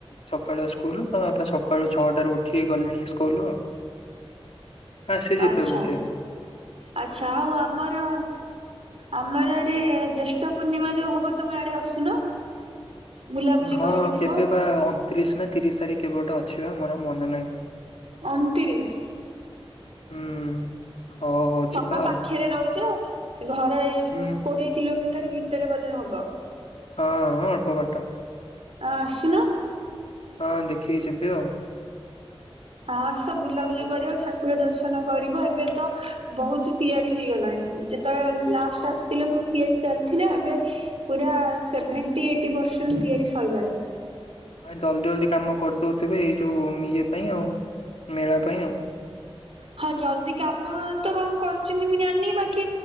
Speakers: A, on the left; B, on the right.
A: ସକାଳୁଆ ସ୍କୁଲ୍ ତ ବାପା ସକାଳ ଛଅଟାରୁ ଉ ଠିକ୍ କଲିଣି ସ୍କୁଲ୍ ଆଉ ଆ ସେ ଯିବେ
B: ଆଚ୍ଛା
A: ବୁଧେ।
B: ଆଚ୍ଛା ଆଉ ଆମର ଆମର ଆଡେ ଜ୍ୟେଷ୍ଠ ପୂର୍ଣ୍ଣିମା ଯୋଉ ହବ ତମେ ଆଡେ ଆସୁନ। ବୁଲାବୁଲି
A: ହଁ
B: କରିକି ଯିବ
A: କେବେ ବା ଅଣତିରିଶ୍ ନାଁ ତିରିଶ୍ ତାରିଖ କେବେ ଗୋଟେ ଅଛି ପା ମୋର ମନେ ନାହିଁ।
B: ଅଣତିରିଶ୍।
A: ହୁଁ। ହଉ ହଉ ଯିବା
B: ତମ୍ବା ପାଖରେ
A: ଆଉ।
B: ରହୁଚ ଘର ଏଇ
A: ହୁଁ
B: କୋଡିଏ କିଲୋମିଟର ଭିତରେ ବୋଧ ହବ।
A: ହଁ ହଁ ଅଳ୍ପ ବାଟ।
B: ଆ ଆସୁନ।
A: ହଁ ଦେଖିକି ଯିବି ଆଉ।
B: ଆସ ବୁଲାବୁଲି କରିବ ଠାକୁର ଦର୍ଶନ କରିବ ଏବେ ତ ବହୁତ ତିଆରି ହେଇଗଲାଣି ଯେତେବେଳେ ଲାଷ୍ଟ ଆସିଥିଲା ସବୁ ତିଆରି ଚାଲିଥିଲା ଏବେ ପୁରା ସେଭେଣ୍ଟି ଏଇଟି ପରସେଣ୍ଟ ତିଆରି ସରିଲାଣି।
A: ଭାଇ ଜଲ୍ଦି ଜଲ୍ଦି କାମ କରିଦଉଥିବେ ଏଇ ଯୋଉ ଇଏ ପାଇଁ ଆଉ ମେଳା ପାଇଁ ଆଉ।
B: ହଁ ଜଲଦି କାମ ତ କଣ କରୁଛନ୍ତି ମୁଁ ଜାନି ବାକି